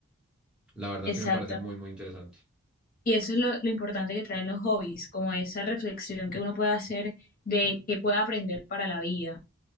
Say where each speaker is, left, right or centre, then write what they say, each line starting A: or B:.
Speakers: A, in the centre; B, on the left (about 45°).
A: La verdad
B: Exacto.
A: sí me parece muy, muy interesante.
B: Y eso es lo, lo importante que traen los hobbies, como esa reflexión que uno puede hacer de qué puede aprender para la vida.